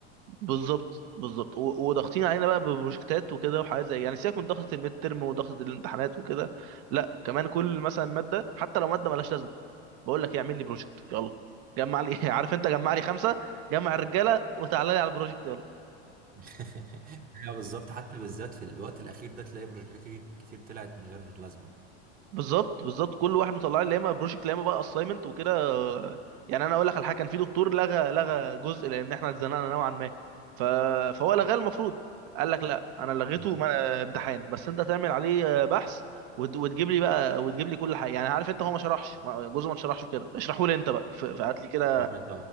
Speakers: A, on the right; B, on the right.
A: بالظبط بالظبط و- وضاغطين علينا بقى ببروجكتات وكده وحاجات زي يعني سيبك من ضغطة الميد ترم وضغطة الامتحانات وكده لا كمان كل مثلا مادة حتى لو مادة مالهاش لازمة بقول لك إيه، اعمل لي بروجكت يلا جمع لي <laughs> عارف انت جمع لي خمسة جمع الرجالة وتعالى لي على البروجكت يلا
B: <laughs> لا بالظبط حتى بالذات في الوقت الاخير ده تلاقي بروجكتات كتير كتير طلعت من غير لازمه
A: بالظبط بالظبط كل واحد مطلع لي يا اما بروجكت يا اما بقى اساينمنت وكده يعني انا اقول لك على حاجه كان في دكتور لغى لغى جزء لان احنا اتزنقنا نوعا ما ف... فهو لغاه المفروض قال لك لا انا لغيته
B: مم.
A: ما... امتحان بس انت تعمل عليه بحث وت... وتجيب لي بقى وتجيب لي كل حاجه يعني عارف انت هو ما شرحش ما- جزء ما شرحش كده اشرحه لي انت بقى ف... فهات لي كده
B: روح انت